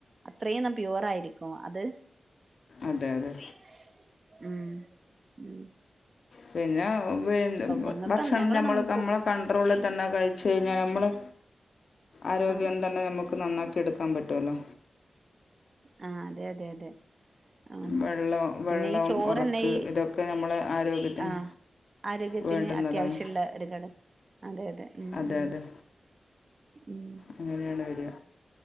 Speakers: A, on the right; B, on the left.
A: അത്രയും പ്യൂവറായിരിക്കും അത്
B: അതെ അതെ
A: മം
B: പിന്നെ പി
A: ഞങ്ങൾക്ക്
B: ഭക്ഷണം
A: ഞങ്ങളൊന്നും
B: നമ്മള്
A: അങ്ങനെ
B: നമ്മള്
A: പോ
B: കൺട്രോളിൽ തന്നെ കഴിച്ച് കഴിഞ്ഞാൽ, നമ്മള് ആരോഗ്യം
A: ആഹ്
B: തന്നെ നമ്മ്ക്ക് നന്നാക്കി എടുക്കാൻ പറ്റുമല്ലോ
A: ആഹ് അതെയതെയതെ ആഹ്
B: വെള്ളം വെള്ളം
A: പിന്നെ ഈ ചോറെന്നെ
B: ഉറക്ക്
A: ഈ
B: ഇതൊക്കെ നമ്മളെ ആരോഗ്യത്തിന്
A: ആഹ് ആരോഗ്യത്തിന്
B: വേണ്ടുന്നതാണ്
A: അത്യാവശ്യള്ള ഒരു ഘടകം അതെയതെ മം
B: അതെ
A: മം
B: അതെ
A: മം
B: അങ്ങനെയാണ് വരാ